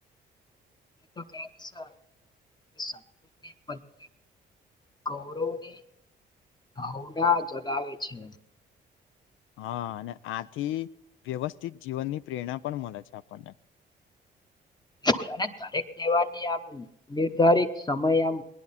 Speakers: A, on the left; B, on the left.
A: એ તો કૃ <unintelligible> ગૌરવની ભાવના જગાવે છે.
B: હા અને આથી વ્યવસ્થિત જીવનની પ્રેરણા પણ મળે છે આપણને <inaudible>
A: બિલકુલ અને દરેક તહેવારની આમ નિર્ધારિત સમય આમ